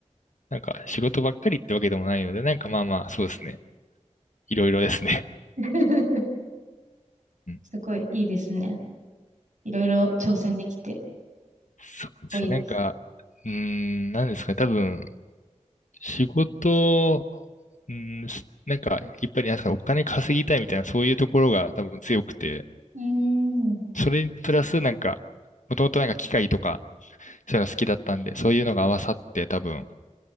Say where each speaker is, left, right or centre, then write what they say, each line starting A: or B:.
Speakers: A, on the left (about 75°); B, on the right (about 80°).
A: なんか仕事ばっかりってわけでもないので、なんかまあまあ、そうですね。いろいろですね。
B: <laughs>
A: うん
B: すごいいいですね。いろいろ挑戦できて、
A: そうですね。
B: かっこいいです。
A: なんか、うーん、なんですかね。多分、仕事、うーん、すなんか、やっぱりなんですかお金稼ぎたいみたいな、そういうところが多分強くて、
B: うーん、う
A: それにプラスなんか、もともとなんか機械とか、そういうの好きだったんで、そういうのが合わさって多分、